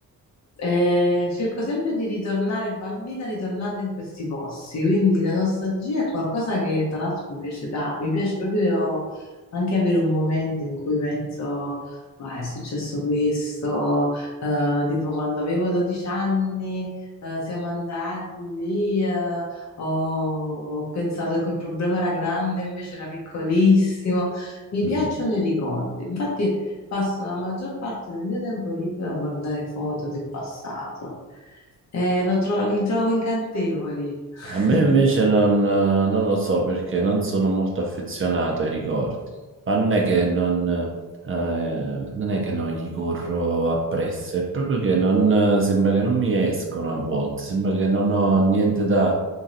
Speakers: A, on the left; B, on the right.
A: Eh, cerco sempre di ritornare bambina ritornando in questi posti, quindi la nostalgia è qualcosa che tra l'altro mi piace tanto, mi piace proprio anche avere un momento in cui penso, "Ah, è successo questo, eh, tipo quando avevo 12 anni, eh, siamo andati lì, eh, ho, ho pensato che quel problema era grande, invece era piccolissimo, mi
B: Mhm.
A: piacciono i ricordi, infatti passo la maggior parte del mio tempo libero a guardare foto del passato. Eh, lo tro- li trovo incantevoli.
B: A me
A: <laughs>
B: invece non, eh, non lo so perché non sono molto affezionato ai ricordi, ma non è che non, eh, non è che non gli corro appresso, è proprio che non, sembra che non mi escono a volte, sembra che non ho niente da,